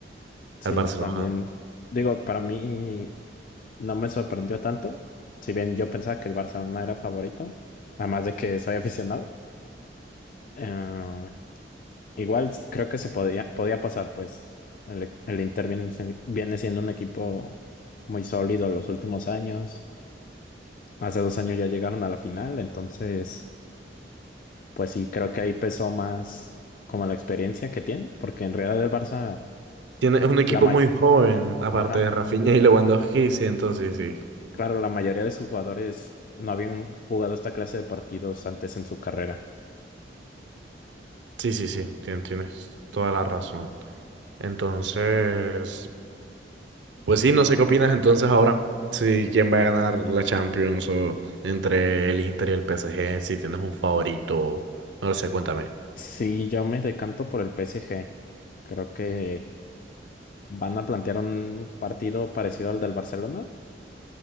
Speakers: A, on the left (about 50°); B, on the right (about 80°).
A: sí,
B: al Barcelona.
A: también. Digo, para mí. No me sorprendió tanto, si bien yo pensaba que el Barcelona era favorito, además de que soy <laughs> aficionado. Eh, igual s- creo que se podía, podía pasar, pues el, el Inter viene, si- viene siendo un equipo muy sólido los últimos años. Hace dos años ya llegaron a la final, entonces, pues sí, creo que ahí pesó más como la experiencia que tienen, porque en realidad el Barça,
B: Tiene, es un equipo
A: la may-
B: muy joven, aparte
A: ajá,
B: de Rafinha y Lewandowski, sí, entonces sí.
A: claro, la mayoría de sus jugadores no habían jugado esta clase de partidos antes en su carrera.
B: Sí, sí, sí, tien- tienes toda la razón. Entonces, pues sí, no sé qué opinas entonces ahora. si quién va a ganar la Champions o entre el Inter y el PSG, si tienes un favorito, no lo sé, cuéntame.
A: Sí, yo me decanto por el PSG. Creo que van a plantear un partido parecido al del Barcelona,